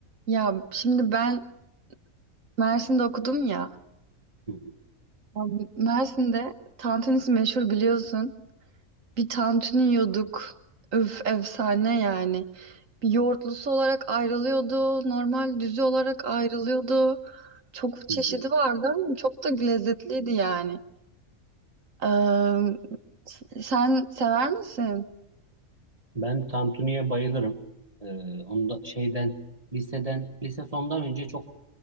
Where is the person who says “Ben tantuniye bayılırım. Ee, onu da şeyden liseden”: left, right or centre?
Right